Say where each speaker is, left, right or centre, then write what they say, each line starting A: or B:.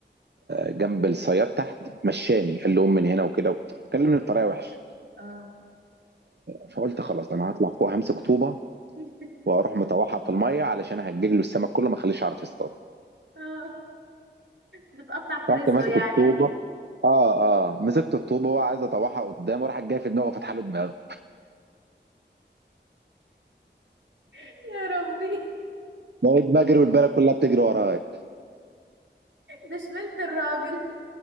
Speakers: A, on the right; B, on the right.
A: جنب الصياد تحت مشاني قال له قوم من هنا وكده كلمني بطريقه وحشه
B: اه
A: فقلت خلاص انا هطلع فوق همسك طوبه
B: <laughs>
A: واروح مطوحها في الميه علشان هجيج له السمك كله ما اخليش يعرف يصطاد
B: اه بتقطع في رزقه
A: رحت ماسك
B: يعني
A: الطوبه اه اه مسكت الطوبه وهو عايز اطوحها قدام وراح جاي في دماغه وفتح له دماغه
B: <laughs> يا ربي
A: بقيت بجري والبلد كلها بتجري ورايا
B: ده شملت الراجل